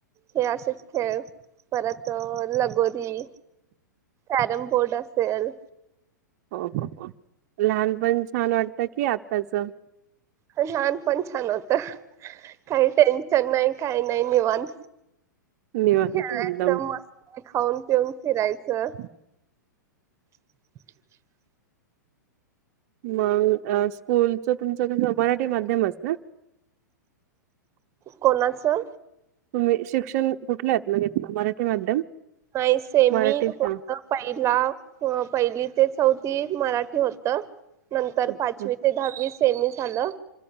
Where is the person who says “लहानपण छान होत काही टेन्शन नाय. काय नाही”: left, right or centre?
Right